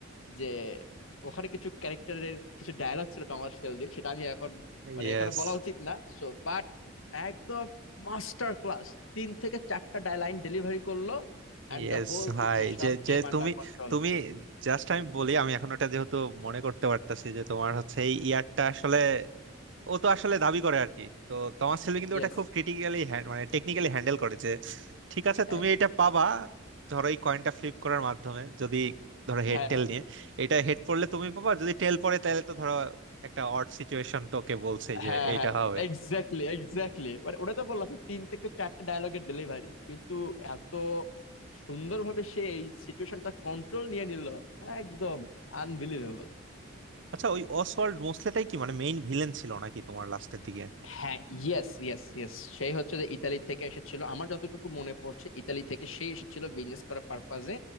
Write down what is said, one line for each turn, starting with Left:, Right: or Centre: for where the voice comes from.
Left: যে ওখানে কিছু ক্যারেক্টারের কিছু ডায়লগ ছিল টমাস শেলবির সেটা আমি এখন মানে
Right: Yes
Left: এখানে বলা উচিত না সো বাট একদম মাস্টার ক্লাস তিন থেকে চারটা লাইন ডেলিভারি করলো and
Right: yes
Left: the whole
Right: ভাই
Left: situation
Right: যে
Left: came
Right: যে
Left: under
Right: তুমি
Left: control
Right: তুমি জাস্ট আমি বলি আমি এখন ওটা যেহেতু মনে করতে পারতাছি যে তোমার হচ্ছে এই ইয়ারটা আসলে ও তো আসলে দাবি করে আর কি তো তোমার ছেলে কিন্তু
Left: Yes
Right: ওটা খুব ক্রিটিক্যালি মানে টেকনিক্যালি হ্যান্ডেল করেছে ঠিক আছে
Left: হ্যাঁ
Right: তুমি এটা পাবা ধরো এই কয়েনটা ফ্লিপ করার মাধ্যমে যদি ধরো হেড
Left: হ্যাঁ
Right: টেল নিয়ে এটা হেড পড়লে তুমি পাবা যদি টেল পড়ে তাহলে তো ধরো একটা অড সিচুয়েশন তোকে বলছে যে
Left: হ্যাঁ
Right: এইটা হবে
Left: এক্স্যাক্টলি এক্স্যাক্টলি মানে ওটা তো বললাম তো তিন থেকে চারটা ডায়লগের ডেলিভারি কিন্তু এত সুন্দরভাবে সে এই সিচুয়েশনটা কন্ট্রোল নিয়ে নিল একদম আনবিলিভেবল
Right: আচ্ছা ওই অসওয়াল্ড মোসলেটাই কি মানে মেইন ভিলেন ছিল নাকি তোমার লাস্টের দিকে
Left: হ্যাঁ ইয়েস ইয়েস ইয়েস সেই হচ্ছে যে ইতালি থেকে এসেছিল আমার যতটুকু মনে পড়ছে ইতালি থেকে সে এসেছিল বিজনেস করার পারপাজে